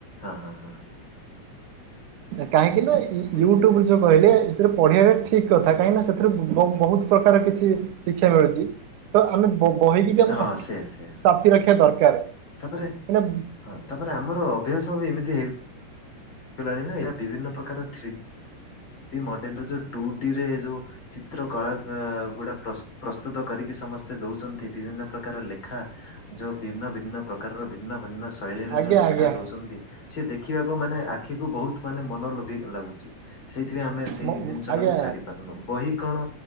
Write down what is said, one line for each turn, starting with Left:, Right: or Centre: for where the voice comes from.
Left: ହାଁ, ହାଁ, ହାଁ
Right: କାହିଁକି ନା ଇ
Left: ନିଶ୍ଚିନ୍ତ
Right: ୟୁଟ୍ୟୁବ ରୁ
Left: ନିଶ୍ଚିନ୍ତ
Right: ଯୋଉ କହିଲେ। ସେଥିରୁ ପଢିବା ଟା ଠିକ କଥା କାହିଁକି ନା ସେଥିରେ ବ ବହୁତ ପ୍ରକାର କିଛି ଶିକ୍ଷା ମିଳୁଛି। ତ ଆମେ ବ ବହିକି ବି ଆମେ
Left: ହଁ
Right: ସା‌ଥି
Left: ସେୟା ସେୟା
Right: ସାଥି ରଖିବା ଦରକାର।
Left: ତାପରେ
Right: କାହିଁକିନା
Left: ହଁ ତାପରେ ଆମର ଅଭ୍ୟାସ ବି ଏମିତି। ହେଲାଣି ନା ଏହା ବିଭିନ୍ନ ପ୍ରକାର ଥ୍ରୀ ଡି ମଡେଲ ଯୋଉ ଟୁ ଡି ରେ ଯୋଉ। ଚିତ୍ର କଳା ଆ‌ ଗୁଡା ପ୍ର ପ୍ରସ୍ତୁତ କରିକି ସମସ୍ତେ ଦଉଛନ୍ତି ବିଭିନ୍ନ ପ୍ରକାର ଲେଖା। ଯୋଉ ଭିନ୍ନ ଭିନ୍ନ ପ୍ରକାରର ଭିନ୍ନ ଭିନ୍ନ ସ୍ ଶୈଳି ରେ
Right: ଆଜ୍ଞା
Left: ଯୋଉ ଲେଖା
Right: ଆଜ୍ଞା
Left: ଦଉଛନ୍ତି ସିଏ ଦେଖିବାକୁ ମାନେ ଆ ଆଖିକୁ ବହୁତ ମାନେ ମନ ଲୋଭି ଲାଗୁଛି ସେଇଥିପାଇଁ ଆମେ ସେଇ
Right: ମ-
Left: ଜିନିଷ
Right: ଆଜ୍ଞା
Left: ଟାକୁ ଛାଡି ପାରୁନୁ ବହି। ରେ କଣ